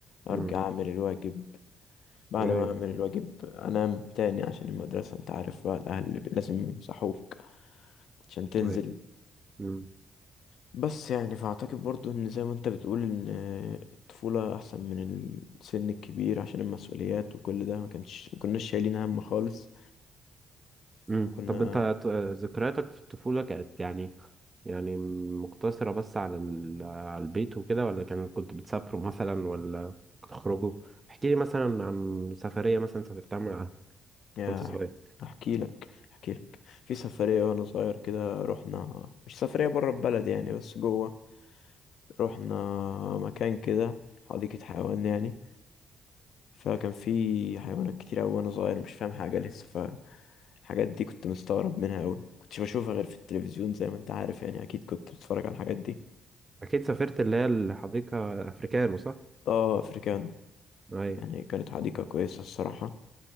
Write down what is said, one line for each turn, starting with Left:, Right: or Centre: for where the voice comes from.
Left: أرجع
Right: امم
Left: أعمل الواجب بعد
Right: قريب
Left: ما أعمل الواجب أنام تاني عشان المدرسة أنت عارف بقى الأهل لازم يصحوك عشان تنزل
Right: قريب امم
Left: بس يعني فأعتقد برضو إن زي ما أنت بتقول إن الطفولة أحسن من السن الكبير عشان المسؤوليات وكل ده ما كانش ما كناش شايلين هم خالص
Right: امم
Left: وكنا
Right: طب انت ت- ذكرياتك في الطفولة كانت يعني يعني مقتصرة بس على ال... على البيت وكده ولا كان كنت بتسافروا مثلا ولا بتخرجوا احكي لي مثلا عن سفرية مثلا سافرتها مع
Left: يا
Right: وانت صغير
Left: أحكي لك أحكي لك في سفرية وأنا صغير كده رحنا مش سفرية برا البلد يعني بس جوه رحنا مكان كده حديقة حيوان يعني فكان في حيوانات كتير أوي وأنا صغير مش فاهم حاجة لسه ف الحاجات دي كنت مستغرب منها أوي كنتش بشوفها غير في التلفزيون زي ما أنت عارف يعني أكيد كنت بتتفرج على الحاجات دي
Right: اكيد سافرت اللي هي الحديقه افريكانو صح
Left: اه أفريكانو
Right: ايوه
Left: يعني كانت حديقة كويسة الصراحة